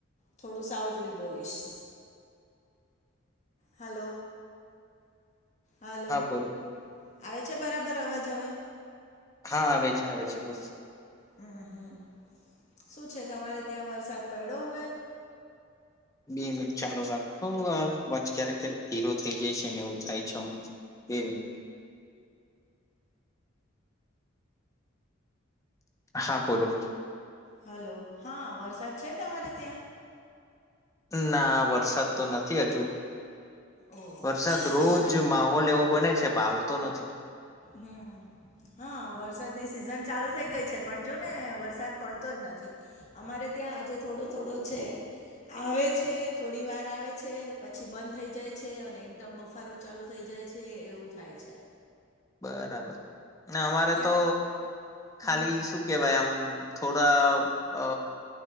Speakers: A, on the left; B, on the left.
A: થોડું સાઉટલી બોલીશ હલો હલો
B: હા બોલો
A: આવે છે બરાબર અવાજ હવે.
B: હા આવે છે આવે છે બોસ
A: હમ હમ શું છે તમારે ત્યાં વરસાદ પડ્યો હવે.
B: બે મિનિટ ચાલુ રાખશોજ ક્યારેક ક્યારેક ધી થઈ જાય છે ને એવું થાય છે. એ મ. હા બોલો.
A: હલો હા વરસાદ છે તમારે ત્યાં?.
B: ના વરસાદ તો નથી હજુ.
A: ઓ
B: વરસાદ રોજ
A: અમારે ત્યાં
B: માહોલ એવો બને છે પણ આવતો નથી.
A: હમ હા વરસાદ ની સિઝન ચાલુ થઈ ગઈ છે પણ જો ને વરસાદ પડતો જ નથી અમારે ત્યાં આજે થોડો થોડો છે. આવે છે થોડી વાર આવે છે પછી બંધ થઇ જાય છે અને એકદમ બફારો ચાલુ થઇ જાય છે એવું થાય છે.
B: બરાબર અમારે
A: અત્યારે
B: તો
A: હમ
B: ખાલી શું કેવાય આમ. થોડા અ